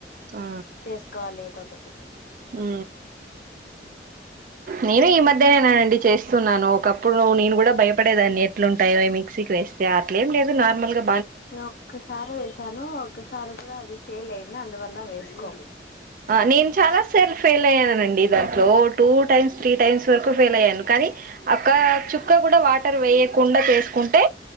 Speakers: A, on the right; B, on the left.
A: ఆ
B: చేసుకోవాలి ఏదో ఒకటి
A: ఉ నేను ఈ మధ్యనేనానండి చేసే చేస్తున్నాను ఒకప్పుడు నేను కూడా భయపడేదాన్ని ఎట్లుంటాయో మిక్సీకి వస్తే అట్లా ఏం లేదు నార్మల్ గా
B: నేను ఒక్కసారి వేసాను ఒకసారి కూడా అది ఫెయిల్ అయింది అందువల్ల వేసుకో
A: నేను చాలా సెల్ఫ్ ఫెయిల్ అయ్యానండి దాంట్లో టూ టైమ్స్ త్రీ టైమ్స్ వరకు ఫెయిల్ అయ్యాను కానీ ఓక్క చుక్క కూడా వా కానీ వేయకుండా చేసుకుంటే